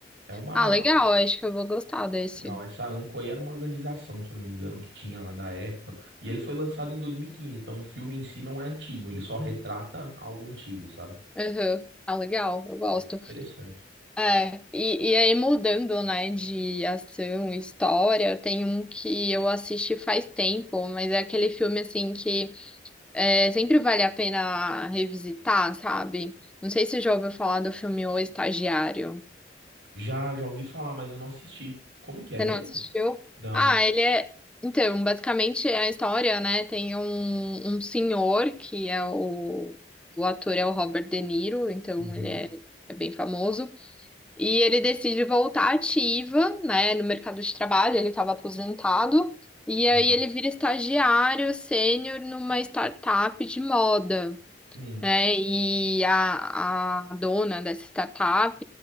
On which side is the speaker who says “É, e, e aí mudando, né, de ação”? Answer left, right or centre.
Centre